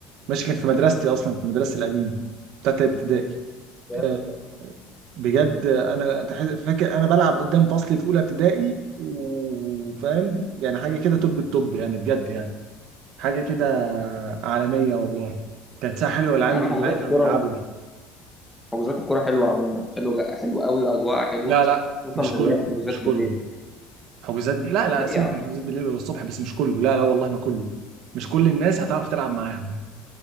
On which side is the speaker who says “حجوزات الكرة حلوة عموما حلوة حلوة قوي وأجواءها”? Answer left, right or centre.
Centre